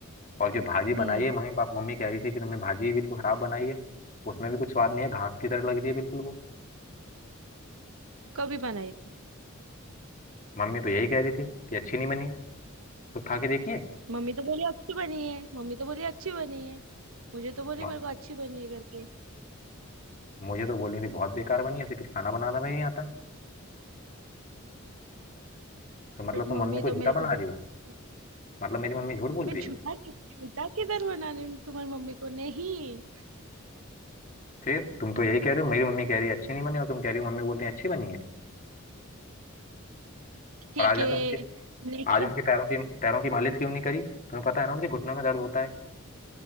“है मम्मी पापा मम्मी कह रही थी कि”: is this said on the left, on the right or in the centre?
Left